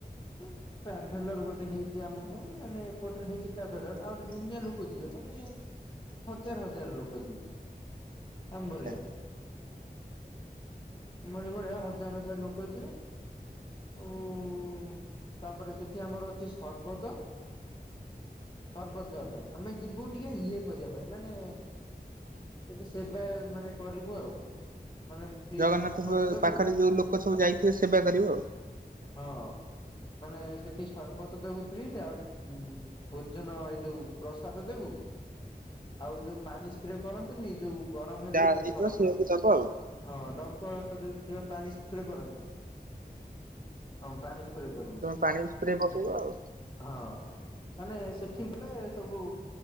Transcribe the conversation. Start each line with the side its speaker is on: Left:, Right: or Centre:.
Left: ହଁ ଟ୍ରାଭେଲର ଗୋଟେ ହେଇଛି ଆମ ପାଇଁ ମାନେ ଏପଟରେ ହେଇଛି ଟ୍ରାଭେଲର ଆହୁରି ଦୁନିଆ ଲୋକ ଯିବେ ମାନେ ହଜାର ହଜାର ଲୋକ ଯିବେ ଆମବରିଆ।
Right: ଆଚ୍ଛା।
Left: ଆମରି ଭଳିଆ ହଜାର ହଜାର ଲୋକ ଯିବେ ଆଉ ତାପରେ ସେଠି ଆମର ଅଛି ସର୍ବତ ସର୍ବଦ୍ୱାତ। ଆମେ ଯିବୁ ଟିକେ ଇଏ କରିବା ପାଇଁ ମାନେ ତ ସେବା ମାନେ କରିବୁ ଆଉ। ମାନେ ଫ୍ରିରେ
Right: ଜଗନ୍ନାଥଙ୍କ
Left: ସର୍ବତ ଦେବୁ
Right: ପାଖରେ ଯୋଉ ଲୋକ ସବୁ ଯାଇଥିବେ ସେବା କରିବ ଆଉ।
Left: ହଁ ମାନେ ସେଠି ସର୍ବତ ଦେବୁ ଫ୍ରିରେ ଆଉ ଭୋଜନ ଏଇ ଯୋଉ ପ୍ରସାଦ ଦେବୁ ଆଉ ଯୋଉ ପାଣି ସ୍ପ୍ରେ କରନ୍ତିନି। ଯୋଉ ଗରମ ହେଲେ
Right: ଯାହା ହେଇଥିବ
Left: ଖରା
Right: ସେଇଆକୁ
Left: ଫରା
Right: ଦବ ଆଉ।
Left: ହଁ ଡଙ୍କର ଯୋଉ ଥିଲା ପାଣି ସ୍ପ୍ରେ କରନ୍ତି। ହଁ ପାଣି ସ୍ପ୍ରେ କର
Right: ତମେ ପାଣି ସ୍ପ୍ରେ ପକେଇବା ଆଉ।
Left: ହଁ ମାନେ ସେଠିକ ଗଲେ ସବୁ